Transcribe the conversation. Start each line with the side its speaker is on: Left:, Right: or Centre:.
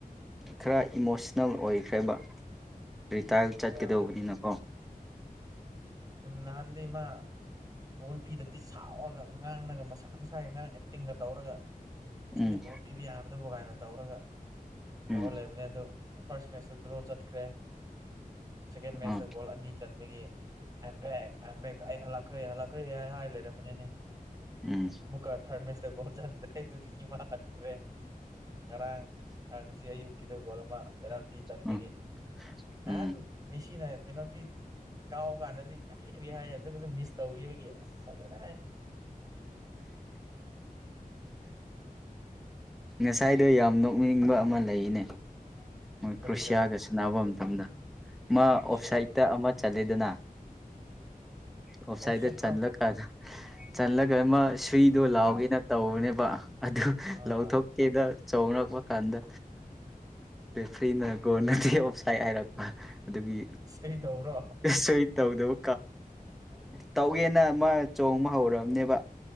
Centre: ꯈꯔ ꯏꯃꯣꯁꯅꯦꯜ ꯑꯣꯏꯈ꯭ꯔꯦꯕ ꯔꯤꯇꯥꯜ ꯆꯠꯀꯗꯧꯕꯅꯤꯅꯀꯣ
Right: ꯍꯣꯏ ꯅꯍꯥꯟꯗꯤ ꯏꯃ ꯕꯣꯜ ꯄꯤꯗ꯭ꯔꯗꯤ ꯁꯥꯎꯔꯒ ꯑꯉꯥꯡꯅꯒ ꯃꯁꯥ ꯃꯁꯥꯒꯤ ꯑꯉꯥꯡ ꯑꯦꯛꯇꯤꯡꯒ ꯇꯧꯔꯒ
Centre: ꯎꯝ
Right: ꯁꯤꯗ ꯚꯣꯠ ꯄꯤꯕ ꯌꯥꯕꯗꯕ ꯀꯥꯏꯅ ꯇꯧꯔꯒ ꯇꯧꯔ
Centre: ꯎꯝ
Right: ꯂꯩꯕꯅꯦ ꯑꯗꯨ ꯐꯥꯔꯁ ꯃꯦꯠꯆꯇ ꯗ꯭ꯔꯣ ꯆꯠꯈ꯭ꯔꯦ ꯁꯦꯀꯦꯟ ꯃꯦꯠꯆꯇ
Centre: ꯑꯥ
Right: ꯒꯣꯜ ꯑꯅꯤ ꯆꯟꯕꯒꯤ ꯑꯦꯝꯕꯦꯛ ꯑꯕꯦꯛ ꯑꯩ ꯍꯜꯂꯛꯈ꯭ꯔꯦ ꯍꯜꯂꯛꯈ꯭ꯔꯦ ꯍꯥꯏ ꯍꯥꯏ ꯂꯩꯔꯃꯅꯤꯅꯦ
Centre: ꯎꯝ
Right: ꯃꯨꯀ ꯊꯥꯔꯠ ꯃꯦꯁꯇ ꯣꯠꯁꯤꯟꯗ꯭ꯔꯦ ꯑꯗꯨꯗꯤ ꯏ ꯃꯥꯥꯟꯍꯟꯈ꯭ꯔꯦ ꯉꯔꯥꯡ ꯑ ꯉꯁꯤ ꯑꯌꯨꯛꯀꯤꯗ ꯒꯣꯜ ꯑꯃ ꯄꯦꯅꯥꯜꯇꯤ ꯆꯟꯕꯒꯤ
Centre: ꯎꯝ
Right: ꯅꯍꯥꯟ
Centre: ꯎꯝ
Right: ꯃꯤꯁꯤꯅ ꯄꯦꯅꯣꯜꯇꯤ ꯀꯥꯎ ꯀꯥꯟꯗꯗꯤ ꯀꯔꯤ ꯀꯔꯤ ꯍꯥꯏ ꯑꯗꯨꯒꯁꯨ ꯃꯤꯁ ꯇꯧꯈꯤꯕꯒꯤ ꯑꯁ ꯑꯗꯨꯅꯦꯍꯥꯏ
Centre: ꯉꯁꯥꯏꯗ ꯌꯥꯝ ꯈꯗꯣꯛꯅꯤꯡꯕ ꯑꯃ ꯂꯩꯅꯦ ꯃꯣꯏ
Right: ꯀꯔꯤꯗꯣ
Centre: ꯀ꯭ꯔꯨꯁꯤꯌꯥꯒ ꯁꯥꯟꯅꯕ ꯃꯇꯝꯗ ꯃꯥ
Right: ꯑꯠꯆꯥ
Centre: ꯑꯣꯞꯁꯥꯏꯠꯇ ꯑꯃ ꯆꯠꯂꯦꯗꯅ ꯑꯣꯐꯁꯥꯏꯗꯦ
Right: ꯑꯣꯞꯁꯥꯏꯠꯇ
Centre: ꯆꯂꯀ ꯆꯥꯟꯂꯒ ꯁꯨꯏꯗꯣ ꯂꯥꯎꯒꯦꯅ ꯇꯧꯕꯅꯦꯕ ꯑꯗꯨ
Right: ꯑꯥ
Centre: ꯂꯧꯊꯣꯛꯀꯦꯗ ꯆꯅꯔꯛꯄ ꯀꯥꯟꯗ ꯐ꯭ꯔꯤꯅꯀꯣ ꯅꯠꯇꯦ ꯑꯣꯞꯁꯥꯏꯠ ꯍꯥꯏꯔꯛꯄ ꯑꯗꯨꯒꯤ
Right: ꯁꯤ ꯇꯧꯕ꯭ꯔꯣ
Centre: ꯁꯔꯤ ꯇꯧꯗꯕ ꯇꯧꯒꯦꯅ ꯑꯃ ꯆꯣꯡꯕ ꯍꯧꯔꯕꯅꯦꯕ